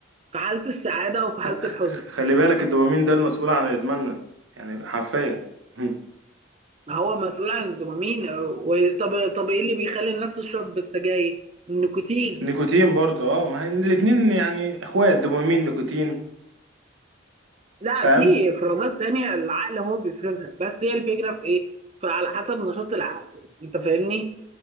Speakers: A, on the right; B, on the right.
A: في حاله السعاده وفي
B: خ-
A: حاله
B: خ-
A: الحزن
B: خلي بالك الدوبامين ده المسؤول عن ادماننا يعني حرفيا <laughs>
A: ما هو مسؤول عن الدوبامين أو- طب طب ايه اللي بيخلي الناس تشرب السجاير النيكوتين
B: نيكوتين برضو اه ما هي الاتنين يعني اخوات دوبامين نيكوتين
A: لا
B: فاهم
A: في افرازات تانية العقل هو بيفرزها بس هي الفكرة في ايه فعلى حسب نشاط العقل انت فاهمني